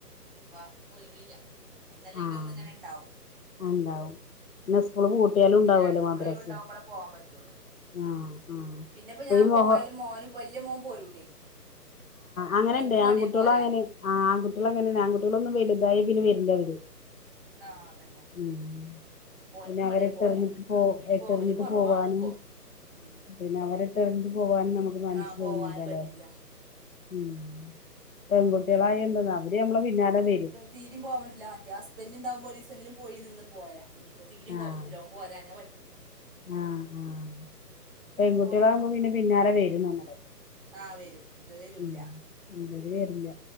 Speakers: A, on the right (about 35°); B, on the left (about 55°).
A: അപ്പപ്പാ ഒഴിവില്ല ഒന്നല്ലെങ്കിൽ
B: ആഹ്
A: ഒന്ന് ഇങ്ങനെ ഇണ്ടാവും
B: ഉണ്ടാവും പിന്നെ
A: ഉം
B: സ്കൂള് പൂട്ടിയാലും
A: പിന്നെ
B: ഉണ്ടാവുമല്ലോ
A: രണ്ടും
B: മദ്രസ്
A: കൂടി ഒഴിവു ണ്ടാവുമ്പോളെ പോവാൻ പറ്റുള്ളു
B: ആഹ് ആഹ്
A: പിന്നെപ്പോ
B: ഇപ്പൊ
A: ഞാൻ
B: ഈ
A: പോയാലും
B: മൊഹ
A: മോന് വല്യ മോന് പോരൂലേ
B: അങ്ങനെുണ്ട്
A: ഓൻക്ക് മടിയാ
B: ആൺകട്ടികളൾ
A: പോരാന്
B: അങ്ങനെ ഇണ്ട് ആ ആൺകുട്ട്യാൾ അങ്ങനെണ്ട് ആൺകുട്ട്യാള് ഒന്ന് വലുതായി പിന്നെ വരില്ല അവര്
A: ആ അതന്നെ
B: ഉം
A: അപ്പോ ഓന്ക്ക്
B: പിന്നെ
A: മടിയാ
B: അവരെട്ടെറിഞ്ഞിട്ട്
A: പോരാന്
B: പോ
A: അപ്പൊ പിന്നെ
B: എട്ടെറിഞ്ഞിട്ട്
A: പോവല് കുറവാണ്
B: പോവാനും
A: ഇപ്പോ ഉം
B: പിന്നെ അവരെ ഇട്ടേറിഞ്ഞ്ട്ട് പോകാനും നമുക്ക് മനസ്
A: ആ പോവാനും
B: തോന്നുലല്ലേ
A: പറ്റൂല
B: ഉം പെൺകുട്ടികളായാ
A: അപ്പൊ
B: എന്തന്ന അവര് നമ്മളെ പിന്നാലെ വരും
A: തീരിം പോവൻ പറ്റില്ല മറ്റേ ഹസ്ബന്റ് ഉണ്ടാവുമ്പോ ഒരീസം എങ്കിലും പോയി നിന്ന് പോരാ ഇഞി ഇപ്പെ തീരിം
B: ആഹ്
A: പോവാൻ പറ്റൂല ഓൻ പോരഞ്ഞാൽ പറ്റൂല
B: ആഹ് ആഹ് പെൺകുട്ടികളാകുമ്പോ
A: പിന്നെ പോകാൻ നോക്കൂല
B: പിന്നെ പിന്നാലെ വരും നമ്മളെ
A: ആ വരും ഇത് വരൂല
B: ഉം ഇവര് വരില്ല